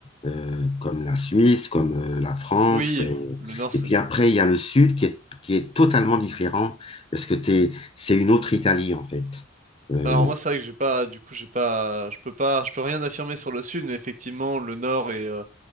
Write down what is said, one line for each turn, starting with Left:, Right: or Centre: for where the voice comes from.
Left: euh, comme la Suisse, comme euh, la France.
Right: oui,
Left: euh,
Right: le nord
Left: et
Right: c'est.
Left: puis après,
Right: c'est-
Left: il y a le sud qui est, qui est totalement différent, parce que t'es, c'est une autre Italie, en fait. Euh,
Right: Alors moi c'est vrai que j'ai pas, du coup j'ai pas, je peux pas, je peux rien affirmer sur le sud, mais effectivement le nord et, euh,